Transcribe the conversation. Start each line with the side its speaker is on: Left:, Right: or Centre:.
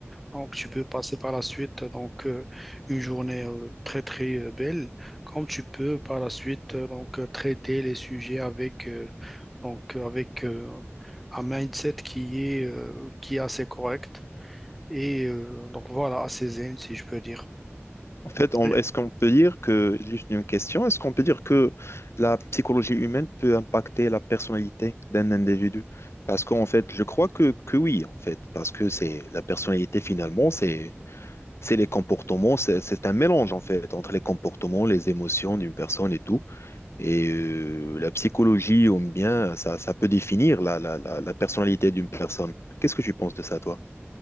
Centre: donc, tu peux passer par la suite donc euh, une journée euh, très très euh, belle, comme tu peux par la suite euh, donc euh, traiter les sujets avec euh, donc euh, avec euh, un mindset qui est euh, qui est assez correct et euh, donc voilà assez zen si je peux dire.
Left: En fait, on-
Centre: Et
Left: est-ce qu'on peut dire que, juste une question, est-ce qu'on peut dire que la psychologie humaine peut impacter la personnalité d'un individu? Parce qu'en fait, je crois que, que oui, en fait, parce que c'est la personnalité finalement, c'est c'est les comportements, c'est c'est un mélange en fait entre les comportements, les émotions d'une personne et tout. Et euh, la psychologie, ou bien, ça, ça peut définir la, la, la, la personnalité d'une personne. Qu'est-ce que tu penses de ça, toi?